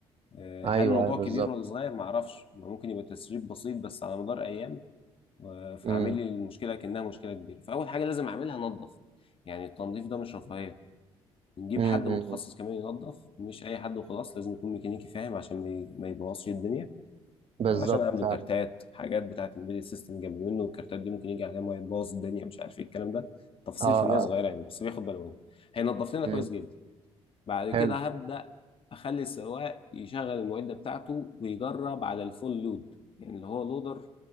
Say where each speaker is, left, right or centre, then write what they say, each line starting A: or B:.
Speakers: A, on the left; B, on the right.
A: آه،
B: ايوه
A: هل الموضوع
B: ايوه بالظبط
A: كبير ولا صغير؟ معرفش ممكن يبقى تسريب بسيط بس على مدار أيام و- فعامل
B: امم
A: لي المشكلة كأنها مشكلة كبيرة فأول حاجة لازم أعملها أنظف يعني التنظيف ده مش رفاهية نجيب
B: امم
A: حد متخصص
B: أمم.
A: كمان ينظف مش اي حد وخلاص لازم يكون ميكانيكي فاهم عشان ما ي- ما يبوظش الدنيا
B: بالظبط
A: عشان عنده
B: فعلا
A: كارتات حاجات بتاعه الامبيدد سيستم جنب منه والكارتات دي ممكن يجي عليها ميه تبوظ الدنيا مش عارف ايه الكلام ده تفاصيل
B: اه
A: فنيه
B: اه
A: صغيره يعني بس بياخد باله منها هينظف لنا
B: امم
A: كويس جدا بعد كده
B: حلو
A: هبدأ أخلي السواق يشغل المعدة بتاعته ويجرب على الفول لود يعني اللي هو لودر